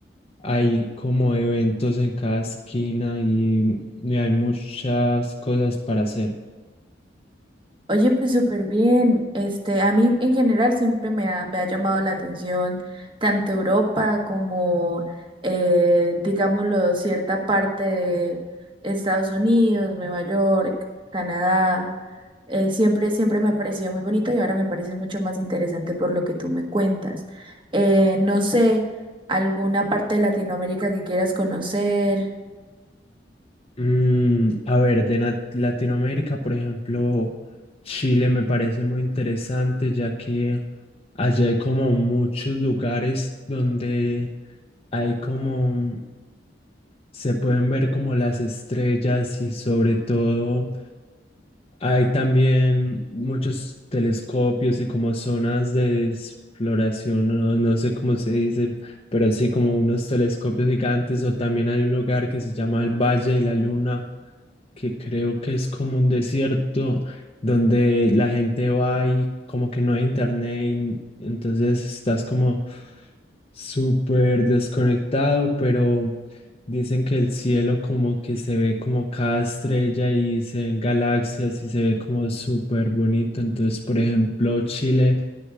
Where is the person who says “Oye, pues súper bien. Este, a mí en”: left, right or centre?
Right